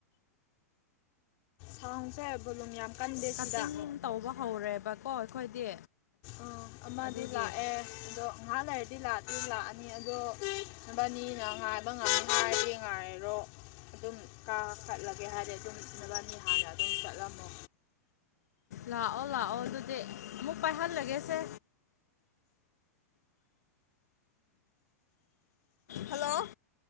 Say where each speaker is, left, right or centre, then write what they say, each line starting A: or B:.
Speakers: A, on the left (about 50°); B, on the left (about 75°).
A: ꯁꯥꯥꯎꯁꯦꯣ ꯌꯥꯝ ꯀꯟꯗꯦ
B: ꯀꯠꯇꯤꯡ
A: ꯁꯤꯗ
B: ꯇꯧꯕ ꯍꯧꯔꯦꯕꯀꯣ ꯑꯩꯈꯣꯏꯗꯤ
A: ꯑ ꯑꯃꯗꯤ
B: ꯑꯗꯨꯒꯤ
A: ꯂꯥꯛꯑꯦ ꯑꯗꯣ ꯉꯥꯏꯍꯥꯛ ꯂꯩꯔꯗꯤ ꯂꯥꯛꯑꯗꯤꯗꯤ ꯂꯥꯛꯑꯅꯤ ꯃꯤ ꯑꯗꯣꯕꯥꯅꯤꯅ ꯉꯥꯏꯕ ꯉꯝ ꯉꯥꯏꯒꯤꯦ ꯉꯥꯏꯔꯔꯣ ꯑꯗꯨꯝ ꯀꯥ ꯀꯠꯂꯒꯦ ꯍꯥꯏꯔꯗꯤ ꯑꯗꯨꯝ ꯅꯨꯕꯥꯅꯤ ꯍꯥꯟꯅ ꯑꯗꯨꯝ ꯆꯠꯂꯝꯃꯣ
B: ꯂꯥꯛꯑꯣ ꯂꯥꯛꯑꯣ ꯑꯗꯨꯗꯤ ꯑꯃꯨꯛ ꯄꯥꯏꯍꯜꯂꯒꯦꯁꯦ ꯍꯜꯂꯣ